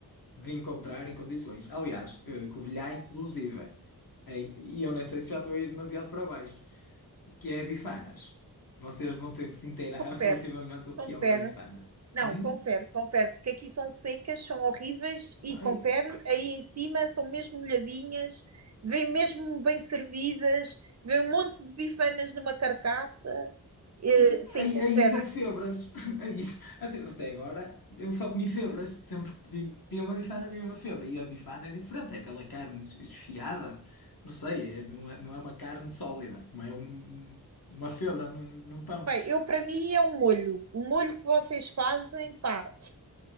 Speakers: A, on the left (about 65°); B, on the right (about 45°).
A: de encontrar em condições. Aliás, eh, Covilhã, inclusive, eh, e eu nem sei se já estou a ir demasiado para baixo, que é bifanas. Vocês vão ter que se inteirar
B: confere,
A: <laughs> relativamente ao
B: confere,
A: que é uma bifana.
B: Não,
A: Hum?
B: confere, confere, porque aqui são secas, são horríveis e
A: Ai,
B: confere, aí em cima são mesmo molhadinhas, vêm mesmo bem servidas, vem um monte de bifanas numa carcaça. Eh,
A: pois,
B: sim,
A: aí,
B: confere.
A: aí são febras. <laughs> Aí, isso- até, até agora eu só comi febras. Sempre que pedi, pedia uma bifana, havia uma febra. E a bifana é diferente, é aquela carne es- esfiada. Não sei, é- não é, não é uma carne sólida, não é um- uma febra num, num pão.
B: Bem, eu para mim é um molho. O molho que vocês fazem, pá,